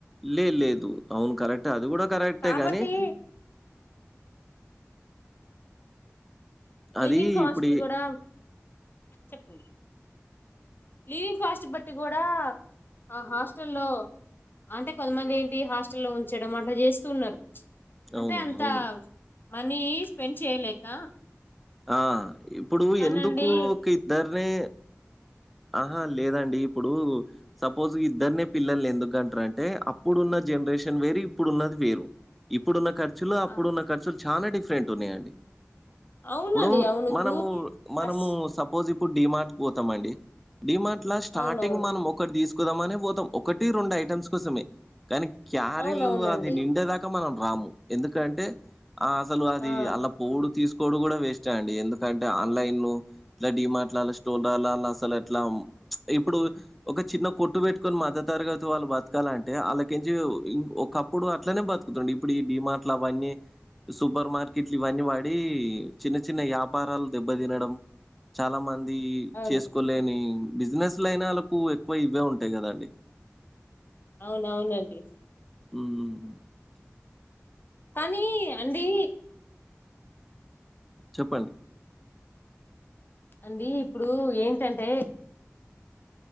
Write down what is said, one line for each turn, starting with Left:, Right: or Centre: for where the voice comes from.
Centre: లేదు లేదు అవును కరెక్టే అది కూడా కరెక్టే
Left: కాబట్టి
Centre: కానీ
Left: లివింగ్
Centre: అది
Left: కాస్ట్
Centre: ఇప్పుడు ఈ
Left: కూడా చెప్పండి లీవింగ్ కాస్ట్ బట్టి కూడా ఆ హాస్టల్ లో అంటే కొంతమంది ఏంటి హాస్టల్లో ఉంచడం అట్లా చేస్తూ ఉన్నారు అంటే
Centre: అవును.
Left: అంత
Centre: అవును.
Left: మనీ స్పెండ్ చేయలేక
Centre: ఆ ఇప్పుడు
Left: కానండి
Centre: ఎందుకు ఒక ఇద్దర్నే ఆహా లేదండి ఇప్పుడు సపోజ్ ఇద్దర్నే పిల్లల్ని ఎందుకు కంటరంటే అప్పుడున్న జనరేషన్ వేరు ఇప్పుడున్నది వేరు ఇప్పుడున్నఖ ర్చులు అప్పుడున్న
Left: ఆ,
Centre: ఖర్చులు చాన డిఫరెంట్ ఉన్నాయండి
Left: అవునండి
Centre: ఇప్పుడు
Left: అవును ఇప్పుడు
Centre: మనము మనము
Left: డస్
Centre: సపోజ్ ఇప్ డిమార్ట్ పోతామండి డిమార్ట్ ల స్టార్టింగ్
Left: అవునవును
Centre: మనం ఒకటి తీస్ ా పోతాం ఒకటి రెండు ఐటమ్స్ కోసమే కానీ క్యారీలు
Left: అవునవునండి
Centre: అది నిండేదాకా మనం రాము ఎందుకంటే ఆ అసలు అది
Left: ఆ
Centre: అళ్లా పోడు తీస్ నుడు కూడా వేస్ట్ అండి ఎందుకంటే ఆన్లైన్ ఇలా డిమార్ట్ ళ్ళ స్టోర్ల ళ్ళ అసలు ఇట్లాం ఇప్పుడు ఒక చిన్న కొట్టు పెట్టుకొని మధ్య తరగతి వాళ్ళు బతకాలంటే వాళ్ళకించిం ఇం ఓ కప్పుడు అట్లనే బతుకుతుండే ఇప్పుడు ఈ డిమాట్లు అవన్నీ సుపర్ మార్కెట్లీ ఇవన్నీ పడి చిన్న చి న్న వ్యాపారాలు దెబ్బ తినడం చాలా మంది
Left: అవును
Centre: చేసుకోలేని బిజినెస్ లైనా వాళ్ళకు ఎక్కువ ఇవే ఉంటాయి కదాండి
Left: అవునవునండి
Centre: మ్
Left: కానీ అండి
Centre: చెప్పండి
Left: అండి ఇప్పుడు ఏంటంటే